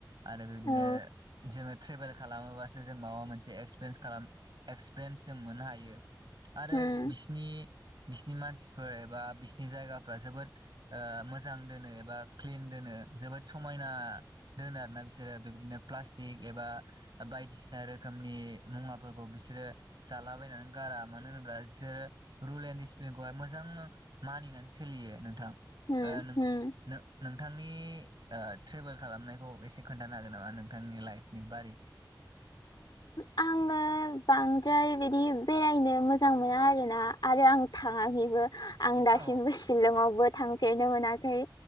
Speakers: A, on the right; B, on the left.
A: आरो बिबायदिनो
B: औ
A: जोङो ट्रेभेल खालामोबासो जों माबा मोनसे एक्सपिरियेन्स खालाम एक्स पिरियेन्स जों मोननो हायो आरो
B: उम
A: बिसिनि बिसिनि मानसिफोर एबा बिसिनि जायगाफोरा जोबोद ओ मोजां दोनो एबा क्लिन दोनो जोबोद समायना दोनो आरोना बिसोरो बेबायदिनो प्लास्टिक एबा बायदिसिना रोखोमनि मुवाफोरखौ बिसोरो जालाबायनानै गारा मानो होनोब्ला इसोरो रुल एन्ड डिसिप्लिनखौहाय मोजां मानिनानै सोलियो नोंथां
B: उम
A: ओ नों
B: उम
A: नो-नोंथांनि ओ ट्रेभेल खालामनायखौ एसे खोन्थानो हागोन नामा नोंथांनि लाइफनि बारै
B: आङो बांद्राय बिदि बेरायनो मोजां मोना आरोना आरो आं थाङाखैबो आं दासिमबो
A: औ
B: शिलंआवबो थांफेरनो मोनाखै